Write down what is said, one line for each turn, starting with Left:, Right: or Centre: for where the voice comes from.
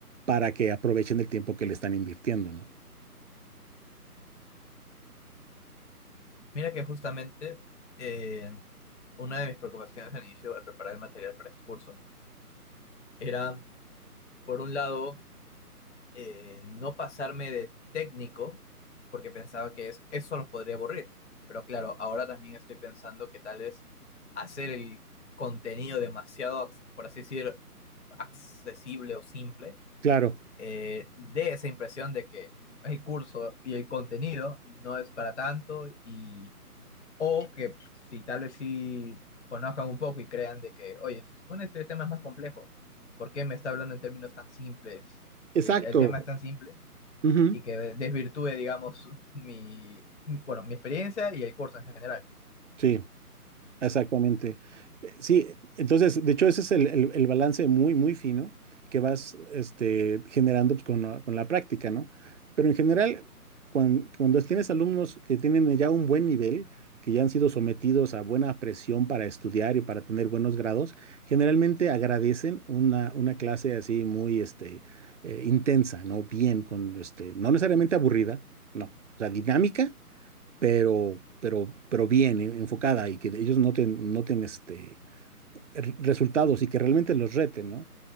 Right: para que aprovechen el tiempo que le están invirtiendo, ¿no?
Left: Mira que justamente eh, una de mis preocupaciones al inicio al preparar el material para este curso era, por un lado, eh, no pasarme de técnico porque pensaba que es- eso los podría aburrir. Pero claro, ahora también estoy pensando que tal es hacer el contenido demasiado, ac- por así decir, accesible o simple,
Right: Claro,
Left: eh, dé esa impresión de que el curso y el contenido no es para tanto y o que si tal vez sí conozcan un poco y crean de que, oye, se supone que este tema es más complejo, ¿por qué me está hablando en términos tan simples?
Right: exacto.
Left: El, el tema es tan simple
Right: Ujú,
Left: y que desvirtúe, digamos, mi, bueno, mi experiencia y el curso en general.
Right: Sí. Exactamente. Eh, Sí, entonces, de hecho, ese es el, el- el balance muy, muy fino que vas este, generando pues, con, la, con la práctica, ¿no? Pero en general, cuan- cuando, tienes alumnos que tienen ya un buen nivel, que ya han sido sometidos a buena presión para estudiar y para tener buenos grados, generalmente agradecen una, una clase así muy este, eh, intensa, ¿no? Bien, con este, no necesariamente aburrida, no, o sea, dinámica pero, pero, pero bien eh, enfocada y que ellos noten, noten este, r- resultados y que realmente los reten, ¿no?